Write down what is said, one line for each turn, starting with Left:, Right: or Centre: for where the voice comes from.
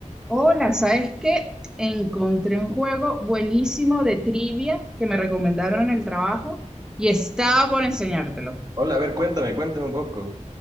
Centre: Hola, ¿sabes qué? Encontré un juego buenísimo de trivia que me recomendaron en el trabajo y estaba por enseñártelo.
Right: Hola, a ver, cuéntame, cuéntame un poco.